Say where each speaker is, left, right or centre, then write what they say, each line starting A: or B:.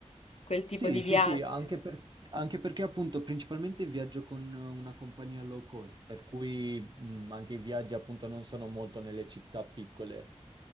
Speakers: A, on the left; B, on the right.
A: Quel
B: Sì,
A: tipo di
B: sì,
A: viaggi.
B: sì, anche, per- anche perché appunto principalmente viaggio con una compagnia low cost, per cui mh, anche i viaggi appunto non sono molto nelle città piccole.